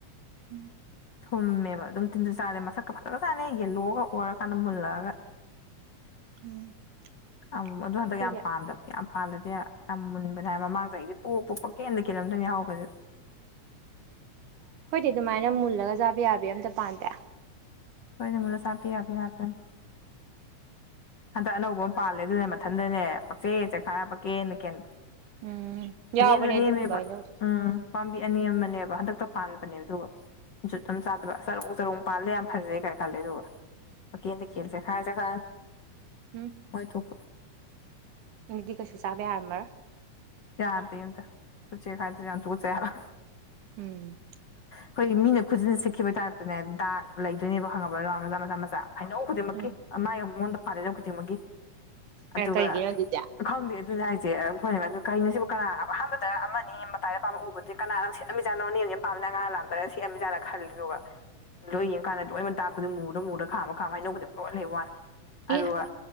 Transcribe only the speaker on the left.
<unintelligible> ꯃꯦꯕ ꯑꯗꯨꯝ ꯇꯤꯟꯖꯨ ꯆꯥꯗꯦ ꯃꯁꯛꯀ ꯐꯖꯒ ꯆꯥꯅꯤ ꯌꯦꯜꯂꯣꯒ ꯑꯣꯔꯀꯥꯟꯗ ꯃꯨꯜꯂꯛꯑꯒ꯫
<unintelligible> ꯑꯗꯨꯣ ꯍꯟꯗꯛ
ꯌꯥꯝ ꯄꯥꯟꯗꯕ ꯌꯥꯝ꯫ ꯄꯥꯜꯂꯗꯤ ꯌꯥꯝ ꯃꯨꯟꯕꯅꯦ ꯍꯥꯏ ꯃꯃꯥꯡ ꯆꯍꯤꯗꯤ ꯄꯨꯞ ꯄꯨꯞ ꯄꯪꯀꯦꯟꯗ ꯀꯦꯜꯂꯝꯗꯣꯏꯅꯤ ꯑꯍꯥꯎꯕꯁꯦ꯫
<unintelligible> ꯁꯥꯄꯤ <unintelligible> ꯍꯟꯗꯛ ꯑꯅꯧꯕ ꯑꯃ ꯄꯥꯜꯂꯦ ꯑꯗꯨꯅꯦ ꯃꯊꯟꯗꯅꯦ ꯄꯛꯆꯦ ꯆꯦꯈꯥꯏꯔ ꯄꯛꯀꯦꯅ ꯀꯦꯟꯕ
ꯅꯦꯝꯁꯨ
ꯅꯦꯝꯃꯦꯕ
ꯎꯝ ꯄꯥꯝꯕꯤ ꯑꯅꯤꯦꯝ ꯑꯃꯅꯦꯕ ꯍꯟꯗꯛꯇ ꯄꯥꯟꯕꯅꯦꯕ ꯑꯗꯨꯒ ꯖꯨꯠ ꯑꯃ ꯆꯥꯗꯕ ꯆꯔꯨꯡ ꯆꯔꯨꯡ ꯄꯥꯜꯂꯦ ꯌꯥꯝ ꯐꯖꯩ ꯀꯥꯏꯅ ꯈꯜꯂꯦ ꯑꯗꯨꯒ ꯍꯀꯦꯟ ꯇꯀꯦꯜꯁꯦ ꯈꯔꯁꯦ ꯈꯥꯏ
ꯍꯣꯏ ꯊꯣꯛ
ꯌꯥꯗꯗ ꯈꯨꯨꯔꯆꯦ ꯈꯥꯏꯗ ꯌꯥ ꯇꯨꯁꯦ ꯌꯥꯔ
ꯑꯩꯈꯣꯏ ꯃꯤꯅ ꯈꯨꯠꯁꯤꯟ ꯁꯤꯠꯈꯤꯕ ꯇꯥꯔꯞꯄꯅꯦ ꯗꯥꯛ ꯂꯩꯗꯣꯏꯅꯦꯕ ꯈꯪꯉꯕ꯭ꯔꯥ ꯔꯥꯎꯟ ꯃꯆꯥ ꯃꯆꯥ ꯃꯆꯥ ꯍꯩꯅꯧ ꯈꯨꯗꯤꯡꯃꯛꯀꯤ
ꯑꯥꯏ ꯃꯉꯣꯟꯗ ꯃꯥꯔꯦ ꯂꯧ ꯀ ꯊꯃꯒꯤ
ꯑꯗꯨꯒ
ꯈꯪꯗꯦ ꯑꯗꯨꯅ ꯍꯥꯏꯁ <unintelligible> ꯀꯩꯅꯣꯁꯤꯕꯨ ꯀꯅꯥ ꯑꯍꯥꯟꯕꯗ ꯑꯃ ꯃꯇꯥꯏꯗ ꯄꯥꯝꯝꯕ ꯎꯕꯕꯨꯗꯤ ꯀꯅꯥ ꯅꯪ ꯁꯦꯑꯂꯝꯃꯤꯥꯠꯅꯣ ꯅꯅꯦꯅ ꯄꯥꯝꯅ ꯑꯉꯥꯡ ꯂꯥꯝꯗꯔꯒ ꯁꯠꯑꯃꯤꯖꯥꯠꯅ ꯈꯜꯂꯤꯦꯗꯨ ꯑꯗꯨꯒ ꯂꯣꯏ ꯌꯦꯡ ꯀꯀꯥꯟꯗ ꯂꯣꯏꯅ ꯇꯥꯛꯄꯗꯤꯝ ꯃꯨꯔꯣ ꯃꯨꯔ ꯈꯥꯝꯃ ꯈꯥꯝ ꯑꯅꯧꯕꯕꯨ ꯑꯗꯨꯝ ꯂꯣꯜꯂꯦꯕ ꯋꯥꯅꯤ
ꯑꯗ ꯋꯥ